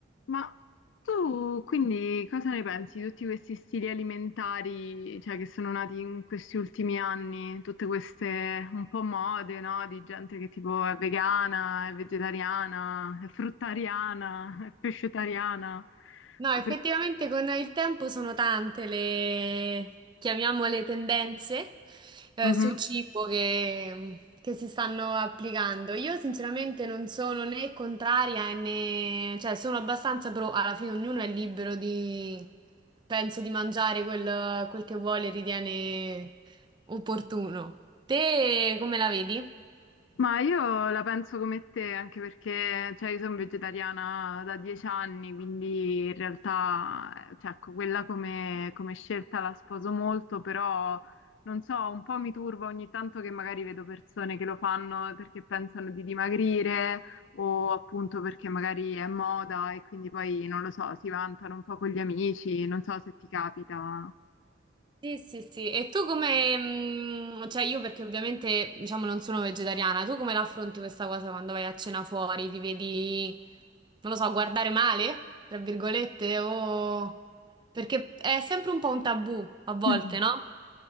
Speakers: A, on the left; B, on the right.
A: Ma tu quindi cosa ne pensi di tutti questi stili alimentari, cioè, che sono nati in questi ultimi anni, tutte queste un po' mode, no? Di gente che tipo è vegana, è vegetariana, è fruttariana, è pescetariana.
B: No,
A: Ah,
B: effettivamente
A: perché-
B: con il tempo sono tante le, chiamiamole tendenze eh,
A: Mhm.
B: sul cibo che, che si stanno applicando. Io sinceramente non sono né contraria né, cioè sono abbastanza pro, alla fine ognuno è libero di, penso, di mangiare quel, quel che vuole e ritiene opportuno. Te come la vedi?
A: Ma io la penso come te, anche perché cioè, io sono vegetariana da dieci anni, quindi in realtà eh, cioè, ecco, quella come, come scelta la sposo molto, però non so, un po' mi turba ogni tanto che magari vedo persone che lo fanno perché pensano di dimagrire o appunto perché magari è moda e quindi poi non lo so, si vantano un po' con gli amici, non so se ti capita.
B: Sì, sì, sì. E tu come, mh, cioè io perché ovviamente, diciamo, non sono vegetariana, tu come la affronti questa cosa quando vai a cena fuori? Ti vedi, non lo so, guardare male, tra virgolette, o... Perché è sempre un po' un tabù, a volte,
A: <laughs>
B: no?